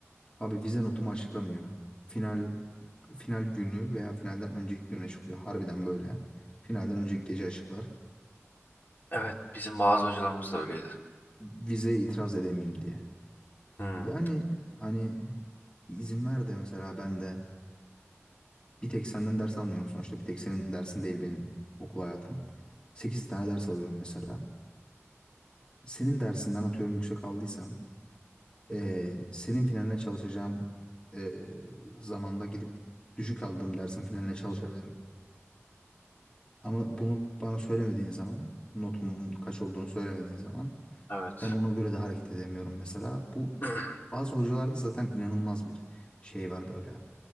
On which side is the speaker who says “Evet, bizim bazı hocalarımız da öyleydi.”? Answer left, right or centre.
Left